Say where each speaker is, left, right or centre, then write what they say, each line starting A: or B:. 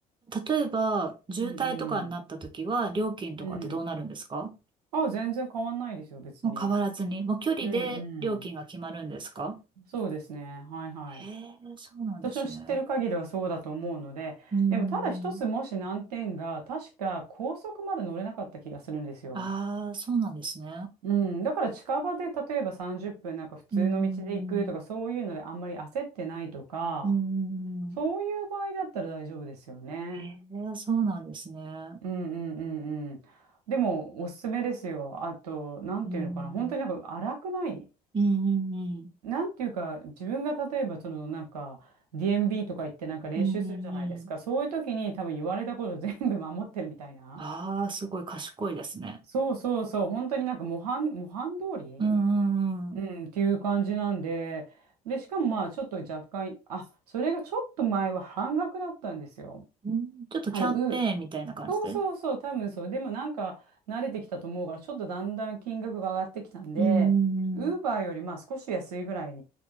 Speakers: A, on the right; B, on the right.
A: 例えば、渋滞とかになった時は、
B: うんうん。
A: 料金とかってどうなるんですか
B: うん。あ、全然変わんないですよ、別に。
A: もう変わらずに、もう距離で料金が決まるんですか
B: うんうん。そうですね。はいはい。
A: へえ、そうなんですね。
B: 私の知ってる限りはそうだと思うので、
A: うーん。
B: でもただ一つもし難点が、確か高速まで乗れなかった気がするんですよ。
A: ああ、そうなんですね。
B: うん。だから近場で例えば30分なんか普通の道で行くとか、
A: うーん。
B: そういうのであんまり焦ってないとか、
A: うーん。
B: そういう場合だったら大丈夫ですよね。
A: へえ、そうなんですね。う
B: うんうんうんうん。でもおすすめですよ。あと、なんていうのかな。
A: ーん。
B: 本当になんか荒くない。
A: うんうんうん。
B: なんていうか、自分が例えば、そのなんか、DMB とか行ってなんか練習するじゃないですか。
A: うんうんうん。
B: そういう時に多分言われたこと全部守ってるみたいな。
A: ああ、すごい賢いですね。
B: そうそうそう、本当になんか模範、模範通り
A: うんうんうん。
B: うん、っていう感じなんで、で、しかもまあ、ちょっと若干、あ、それがちょっと前は半額だったんですよ。
A: うんちょっとキャンペーンみたいな感じで。
B: あの、うん。そうそうそう、
A: うん
B: 多分そう。でもなんか、慣れてきたと思うから、ちょっとだんだん金額が上がってきたんで、
A: うんうん。
B: ウーバーよりまあ少し安いぐらい